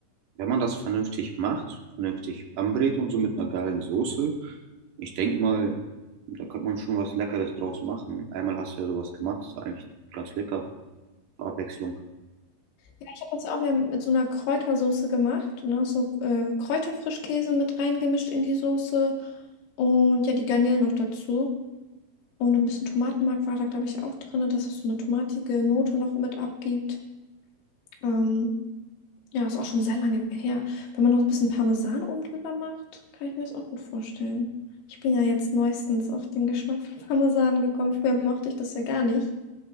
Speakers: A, on the right; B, on the left.
A: wenn man das vernünftig macht, vernünftig anbrät und so mit einer geilen Soße, ich denke mal, da könnte man schon was Leckeres draus machen. Einmal hast du ja sowas gemacht, ist eigentlich ganz lecker, zur Abwechslung.
B: Ja, ich habe das ja auch wieder mit so einer Kräutersoße gemacht und auch so äh, Kräuterfrischkäse mit reingemischt in die Soße und ja, die Garnelen noch dazu. Und noch ein bisschen Tomatenmark war da, glaube ich, auch drin, dass es so eine tomatige Note noch mit abgibt. Ähm, Ja, ist auch schon sehr lange her. Wenn man noch ein bisschen Parmesan oben drüber macht, kann ich mir das auch gut vorstellen. Ich bin ja jetzt neuestens auf den Geschmack von <laughs> Parmesan gekommen. Früher mochte ich das ja gar nicht.